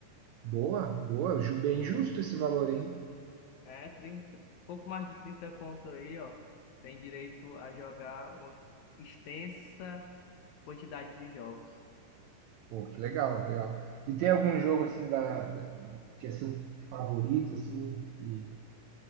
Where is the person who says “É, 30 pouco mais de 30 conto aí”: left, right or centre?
Left